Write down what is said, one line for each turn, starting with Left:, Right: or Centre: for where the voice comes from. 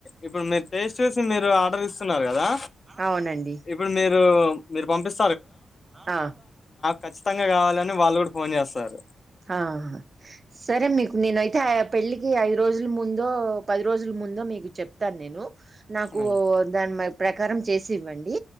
Left: ఇప్పుడు మీరు టేస్ట్ చూసి మీరు ఆర్డర్ ఇస్ న్నారు కదా
Right: అవునండి.
Left: ఇప్పుడు మీరు మీరు మీరు పంపిస్
Right: ఆ
Left: ఖచ్చితంగా కావాలని వాళ్ళు కూడా ఫోన్ చేస్తారు
Right: ఆ సరే మీకు నేనై తే పెళ్ళికి ఐదు రోజులు ముందో పది రోజులు ముందో మీకు చెప్తాను నేను నాకు
Left: మేడం
Right: దాని మరి ప్రకారం చేసి ఇవ్వండి